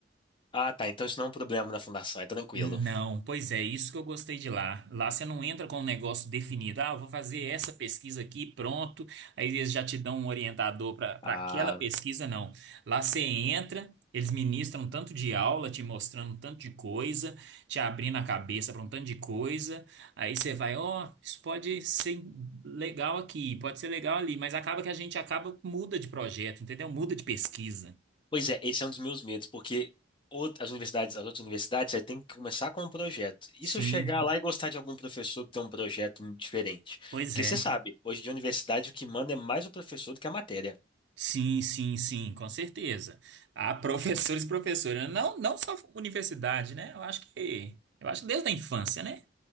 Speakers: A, on the left; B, on the right.
A: Ah, tá. Então isso não é um problema na fundação, é tranquilo.
B: Não, pois é, isso que eu gostei de lá. Lá você não entra com um negócio definido. Ah, eu vou fazer essa pesquisa aqui, pronto. Aí eles já te dão um orientador para para
A: Ah,
B: aquela pesquisa, não. Lá você entra, eles ministram tanto de aula, te mostrando tanto de coisa, te abrindo a cabeça para um tanto de coisa. Aí você vai, ó, isso pode ser legal aqui, pode ser legal ali, mas acaba que a gente acaba muda de projeto, entendeu? Muda de pesquisa.
A: pois é, esse é um dos meus medos, porque out- as universidades, as outras universidades, você tem que começar com um projeto. E
B: Sim,
A: se eu chegar lá e gostar de algum professor que tem um projeto diferente?
B: pois
A: Porque
B: é.
A: você sabe, hoje de universidade o que manda é mais o professor do que a matéria.
B: Sim, sim, sim, com certeza. Há professores <laughs> e professoras, não, não só universidade, né? Eu acho que, eu acho que desde a infância, né?